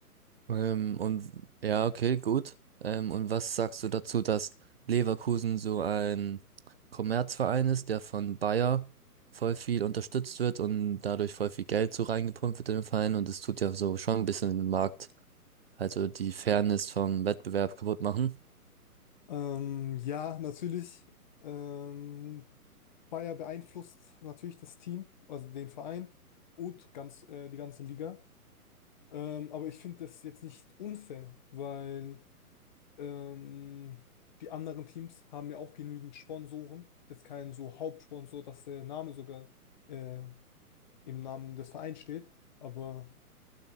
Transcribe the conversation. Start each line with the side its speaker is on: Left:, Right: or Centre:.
Right: Ähm, und ja, okay, gut. Ähm, und was sagst du dazu, dass Leverkusen so ein Kommerzverein ist, der von Bayer voll viel unterstützt wird und dadurch voll viel Geld so reingepumpt wird in den Verein und es tut ja so schon ein bisschen den Markt, also die Fairness vom Wettbewerb kaputt machen.
Left: Ähm, ja, natürlich. Ähm, Bayer beeinflusst natürlich das Team, also den Verein und ganz, äh, die ganze Liga. Ähm, aber ich finde das jetzt nicht unfair, weil ähm, die anderen Teams haben ja auch genügend Sponsoren. Jetzt keinen so Hauptsponsor, dass der Name sogar äh, im Namen des Vereins steht. Aber